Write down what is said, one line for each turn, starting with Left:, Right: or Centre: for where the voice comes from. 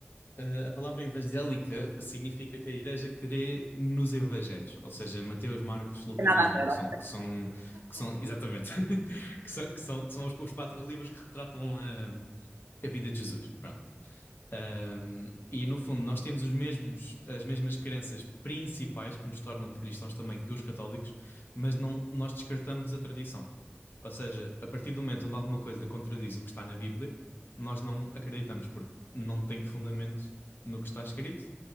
Left: Eh, a palavra evangélica significa que a igreja crê nos evangelhos, ou seja, Mateus, Marcos, Lucas
Right: tem nada
Left: e João,
Right: a ver,
Left: que
Right: ó.
Left: são, que são, que são, exatamente, <laughs> que são, que são, que são os, os quatro livros que retratam a, a vida de Jesus, pronto. Um, e no fundo, nós temos os mesmos, as mesmas crenças principais que nos tornam cristãos também que os católicos, mas não, nós descartamos a tradição. Ou seja, a partir do momento onde alguma coisa contradiz o que está na Bíblia, nós não acreditamos porque não tem fundamento no que está escrito,